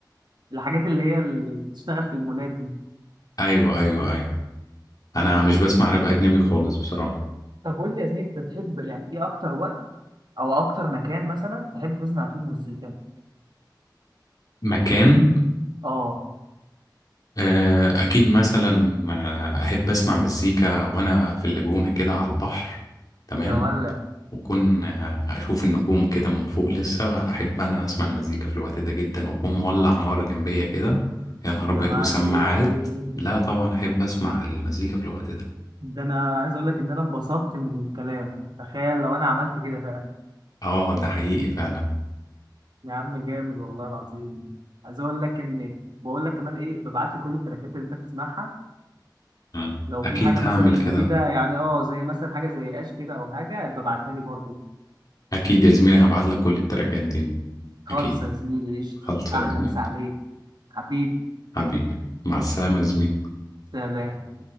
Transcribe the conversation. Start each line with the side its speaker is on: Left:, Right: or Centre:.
Right: والحاجات اللي هي اللي بتشتغل في المولات دي
Left: ايوه ايوه ايوه انا مش بسمع راب اجنبي خالص بصراحه
Right: طب قول لي يا زميلي انت بتحب يعني ايه اكتر وقت او اكتر مكان مثلا تحب تسمع فيه مزيكا
Left: مكان
Right: اه
Left: آه، اكيد مثلا آه، احب اسمع مزيكا وانا في اللاجونه كده على البحر تمام
Right: يا ولا
Left: وأكون آه، أشوف النجوم كده من فوق لسه أحب أنا أسمع المزيكا في الوقت ده جدا وأكون مولع نار جنبية كده يا نهار أبيض
Right: يا معلم
Left: وسماعات لا طبعا أحب أسمع المزيكا في الوقت ده
Right: ده انا عايز اقول لك ان انا انبسطت من الكلام تخيل لو انا عملت كده فعلا
Left: آه ده حقيقي فعلا
Right: يا عم جامد والله العظيم عايز اقول لك ان بقول لك كمان ايه ببعت لي كل التراكات اللي انت بتسمعها
Left: مم.
Right: لو
Left: أكيد
Right: في حاجه مثلا
Left: هعمل
Right: جديده
Left: كده
Right: يعني اه زي مثلا حاجه زي اش كده او حاجه ببعتها لي برضو
Left: أكيد يا زميلي هبعتلك كل التراكات دي
Right: خالص
Left: أكيد
Right: يا زميلي قشطه
Left: خلصة
Right: احلى
Left: يا زميلي
Right: مسا عليك حبيبي
Left: حبيبي مع السلامة يا زميلي
Right: سلام